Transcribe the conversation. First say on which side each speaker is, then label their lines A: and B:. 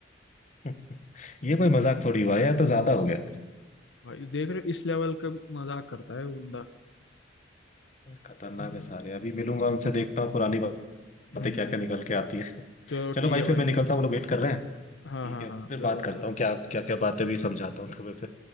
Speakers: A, on the left (about 40°); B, on the left (about 85°).
A: <laughs> ये कोई मजाक थोड़ी हुआ यार तो ज्यादा हो गया
B: भाई देख रहे हो, इस लेवल का मजाक करता है वो बंदा
A: खतरनाक
B: हम्म
A: है सारे अभी मिलूंगा उनसे देखता हूँ पुरानी बातें
B: हम्म।
A: क्या क्या निकल के आती है <laughs>
B: चलो
A: चलो
B: ठीक
A: भाई
B: है
A: फिर
B: भाई
A: मैं निकलता हूँ वो लोग वेट कर रहे हैं
B: हाँ
A: ठीक
B: हाँ
A: है
B: हाँ
A: फिर
B: जरूर
A: बात करता
B: जरूर
A: हूँ क्या क्या क्या बातें भी समझाता हूँ तुम्हें फिर